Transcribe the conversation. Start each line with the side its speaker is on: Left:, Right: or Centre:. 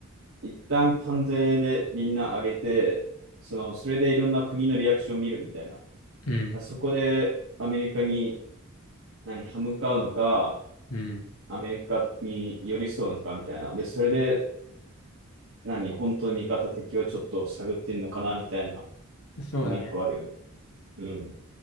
Right: 一旦関税でみんな上げて、その、それでいろんな国のリアクションを見るみたいな。
Left: うん、
Right: そこでアメリカに何、歯向かうのか、
Left: うん。
Right: アメリカに寄り添うのかみたいな。で、それで何、本当に味方敵をちょっと探ってんのかなみたいな、も
Left: そうだね。
Right: う一個あるよね。うん。